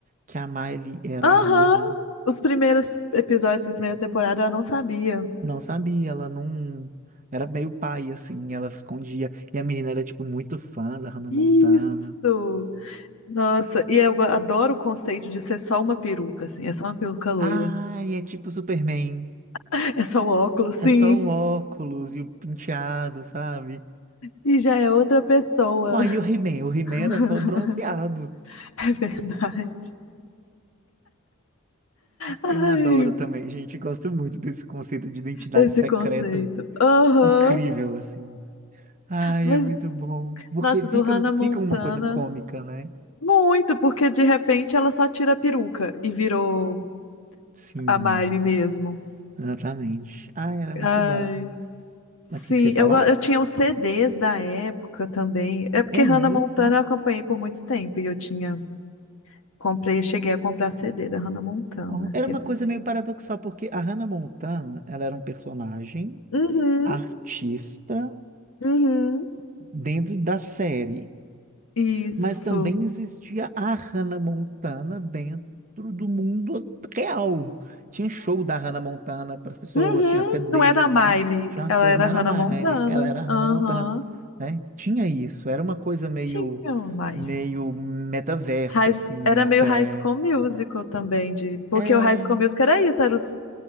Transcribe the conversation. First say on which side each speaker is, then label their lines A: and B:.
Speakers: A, on the right; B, on the left.
A: que a Miley era
B: Aham!
A: a Hannah.
B: Os primeiros episódios da primeira temporada eu não sabia.
A: Não sabia, ela não... Era meio pai, assim, ela escondia. E a menina era, tipo, muito fã da Hannah
B: Isso!
A: Montana.
B: Nossa, e eu adoro o conceito de ser só uma peruca, assim, é só uma peruca loira.
A: Ai, é tipo Superman.
B: <laughs> É só o óculos,
A: É
B: sim.
A: só o óculos e o penteado, sabe?
B: E já é outra pessoa.
A: Uai, e o He-Man? O He-Man
B: <laughs>
A: era só o bronzeado.
B: É verdade. Ai,
A: Eu adoro também, gente. Gosto muito desse conceito de identidade
B: esse
A: secreta
B: conceito. Aham.
A: incrível, assim. Ai,
B: Mas,
A: é muito bom. Porque
B: nossa,
A: fica,
B: do Hannah Montana.
A: fica uma coisa cômica, né?
B: Muito, porque de repente ela só tira a peruca e virou
A: Sim,
B: a Miley mesmo.
A: exatamente. Ai, era muito
B: Ai,
A: bom.
B: sim,
A: Mas o que que você ia falar?
B: eu, go- eu tinha os CDs da época também. É porque
A: É
B: Hannah
A: mesmo?
B: Montana eu acompanhei por muito tempo e eu tinha, comprei, cheguei a comprar CD da Hannah Montana,
A: Ó, Era
B: que
A: uma
B: eles
A: coisa
B: têm.
A: meio paradoxal, porque a Hannah Montana, ela era um personagem
B: Uhum,
A: artista
B: uhum.
A: dentro da série.
B: Isso.
A: mas também existia a Hannah Montana dentro do mundo real. Tinha show da Hannah Montana para as pessoas,
B: Uhum.
A: tinha CDs,
B: Não era a Miley,
A: né? Tinha umas
B: ela
A: coisas,
B: era
A: não era
B: a Hannah
A: a Miley,
B: Montana.
A: ela era a Hannah
B: Aham.
A: Montana, né? Tinha isso, era uma coisa meio,
B: Tinha uma Miley.
A: meio metaverso,
B: High
A: assim,
B: S- Era
A: até.
B: meio High School Musical também, de... porque
A: É,
B: o High School Musical era isso, era os...